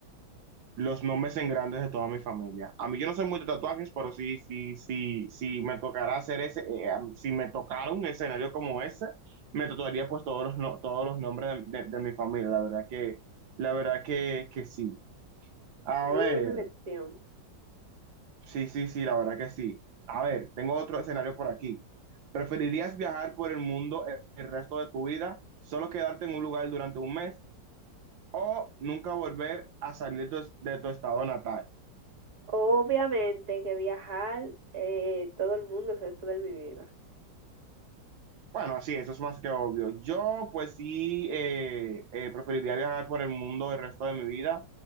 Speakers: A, on the right; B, on the right.
A: los nombres en grandes de toda mi familia. A mí yo no soy muy de tatuajes, pero sí, sí, sí, sí me tocará hacer ese, eh, am- si me tocara un escenario como ese, me tatuaría pues todos los, no- todos los nombres de, de- de mi familia. La verdad que, la verdad que, que sí. A
B: Muy
A: ver,
B: buena elección.
A: sí, sí, sí, la verdad que sí. A ver, tengo otro escenario por aquí. ¿Preferirías viajar por el mundo el, el resto de tu vida, solo quedarte en un lugar durante un mes o nunca volver a salir de tu de tu estado natal?
B: Obviamente que viajar eh, todo el mundo el resto de mi vida.
A: Bueno, así, es, eso es más que obvio. Yo, pues sí, eh, eh, preferiría viajar por el mundo el resto de mi vida.